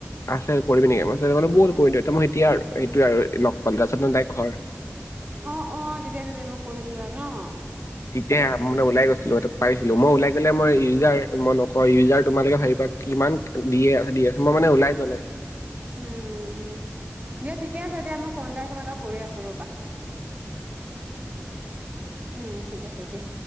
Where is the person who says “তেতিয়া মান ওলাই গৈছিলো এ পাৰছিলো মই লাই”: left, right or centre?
Left